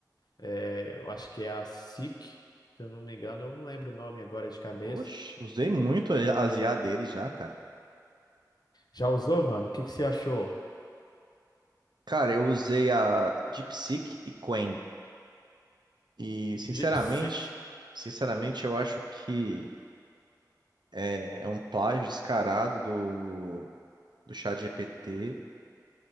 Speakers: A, on the left; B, on the right.
A: É, eu acho que é a SIC, se eu não me engano, eu não lembro o nome agora de cabeça.
B: Oxe, usei muito as IA deles já, cara.
A: Já usou, mano? O que que você achou?
B: Cara, eu usei a DeepSeek e Qwen. E, sinceramente,
A: DeepSeek.
B: sinceramente, eu acho que é, é um plágio descarado do, do ChatGPT.